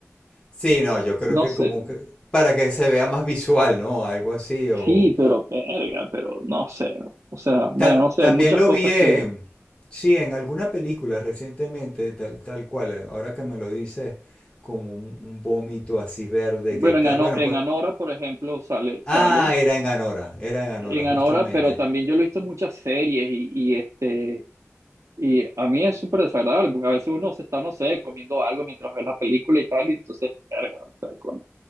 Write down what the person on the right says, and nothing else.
No
sé,
Sí, pero verga, pero no sé. O sea, bueno,
o sea,
hay muchas
cosas
que,
bueno,
en, Ano-
en
Anora, por ejemplo, sale, sale
en
Anora, pero también yo lo he visto en muchas series y, y este, y a mí es súper desagradable porque a veces uno se está, no sé, comiendo algo mientras ve la película y tal, y entonces, verga, o sea, coño.